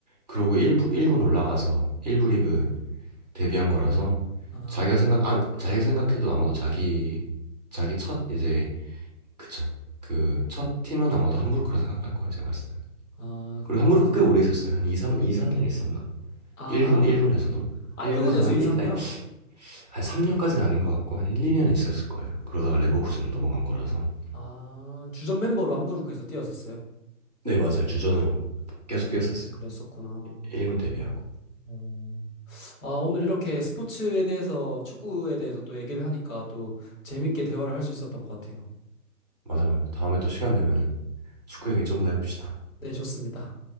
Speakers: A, on the right; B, on the left.
A: 그러고 1부 일군 올라가서 1부 리그 데뷔한 거라서
B: 아,
A: 자기가 생각 아, 자기가 생각해도 아마도 자기 자기 첫 이제 그쵸. 그 첫 팀은 아마도 함부르크라 생각할 거예요, 제가 봤을 때는.
B: 아,
A: 그리고
B: 그렇구나.
A: 함부르크 꽤 오래 있었어요. 한 2, 3, 이삼 년 있었나?
B: 아,
A: 1군, 1군에서도?
B: 아,
A: 1군에서도
B: 1군에서
A: 한
B: 2,
A: 1,
B: 3년?
A: 아니, 한 3년까지는 아닌 것 같고, 한 1, 2년 있었을 거예요. 그러다가 레버쿠젠 넘어간 거라서.
B: 아, 주전 멤버로 함부르크에서 뛰었었어요.
A: 네, 맞아요. 주전으로
B: 어,
A: 계속 뛰었었어요.
B: 그랬었구나.
A: 1군 데뷔하고.
B: 어. 아, 오늘 이렇게 스포츠에 대해서, 축구에 대해서 또 얘기를 하니까 또 재밌게 대화를 할 수 있었던 것 같아요.
A: 맞아, 맞아. 다음에 또 시간 되면은 축구 얘기 조금 더 해봅시다.
B: 네, 좋습니다.